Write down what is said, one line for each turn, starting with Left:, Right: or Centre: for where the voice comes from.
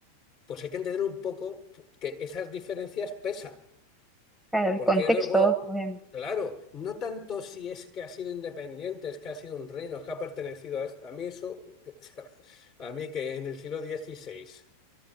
Left: pues hay que entender un poco que esas diferencias pesan.
Centre: Claro, el
Left: Porque
Centre: contexto,
Left: luego,
Centre: obviamente.
Left: claro, no tanto si es que ha sido independiente, es que ha sido un reino, es que ha pertenecido a esto. A mí eso, <laughs> a mí que en el siglo dieciséis.